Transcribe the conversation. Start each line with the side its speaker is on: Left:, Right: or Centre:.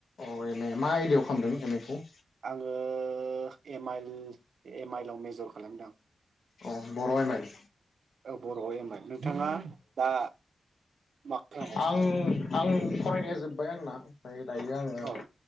Left: अ एम ए मा आयडायाव खालामदों एम ए खौ
Right: आङो M I L M I L आव मेजर खालामदां
Left: अ बर' एमाइल
Right: बर' आव एम आइ एल नोंथाङा दा मा खालामगासिनो
Left: आं
Right: आरो
Left: आं फरायनाया जोब बाय आंना ओमफाय दायो आङो
Right: औ